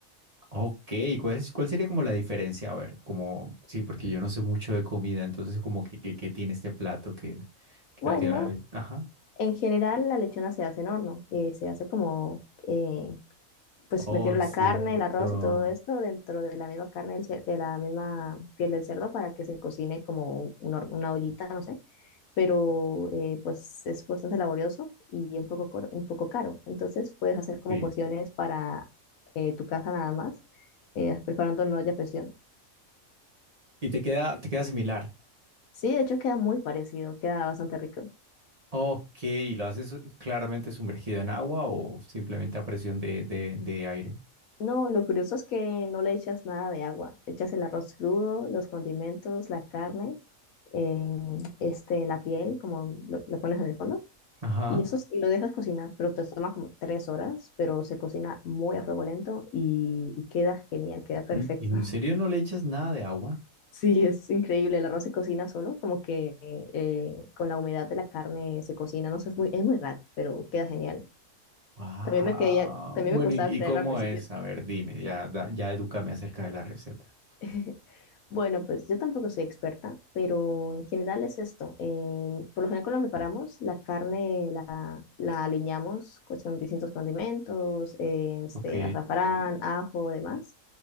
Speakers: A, on the right; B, on the left.
A: Ok, ¿cuál es, cuál sería como la diferencia? A ver, como, sí, porque yo no sé mucho de comida, entonces como que, que, que tiene este plato que, que
B: Bueno,
A: no tiene la ley. Ajá.
B: en general la lechona se hace en horno, eh, se hace como, eh, pues
A: Oh,
B: metiendo la
A: cierto.
B: carne, el arroz y todo esto dentro de la misma carne, del cer- de la misma piel del cerdo para que se cocine como un hor- una ollita, no sé. pero eh, pues es bastante laborioso y un poco, cor- un poco caro. Entonces puedes hacer como
A: Sí.
B: porciones para eh, tu casa nada más, eh, preparando en una olla a presión.
A: ¿Y te queda, te queda similar?
B: Sí, de hecho queda muy parecido, queda bastante rico.
A: Ok, ¿y ¿lo haces claramente sumergido en agua o simplemente a presión de, de, de aire?
B: No, lo curioso es que no le echas nada de agua, echas el arroz crudo, los condimentos, la carne, eh, este, la piel, como lo, lo pones en el fondo,
A: Ajá.
B: y eso es- y lo dejas cocinar, pero te toma como tres horas, pero se cocina muy a fuego lento y, y queda genial, queda perfecto.
A: ¿En en serio no le echas nada de agua?
B: Sí, es increíble. El arroz se cocina solo, como que eh, con la humedad de la carne se cocina. No sé, es muy, es muy raro, pero queda genial.
A: Wow.
B: También me quería, también
A: Bueno,
B: me costaba
A: ¿y, y
B: creer
A: cómo
B: al principio.
A: es? A ver, dime, ya, da- ya edúcame acerca de la receta.
B: <laughs> Bueno, pues yo tampoco soy experta, pero en general es esto. eh, por lo general cuando la preparamos, la carne la, la aliñamos pues, con distintos condimentos, eh, este,
A: Ok.
B: azafrán, ajo, demás,